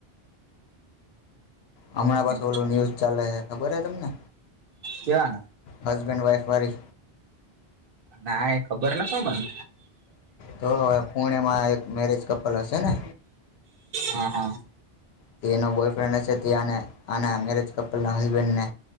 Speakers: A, on the left; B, on the right.
A: હમણાં
B: હમ
A: પાસે ઓલું ન્યૂઝ ચાલે ખબર હે તમને?
B: કેવાનું?
A: હસબેન્ડ વાઇફ વરી.
B: ના એ ખબર નતો મને
A: તો હવે પુણેમાં મેરેજ કપલ હશે ને.
B: હા હા.
A: તેનો બોયફ્રેન્ડ છે તેને આના મેરેજ કપલના હસબેન્ડને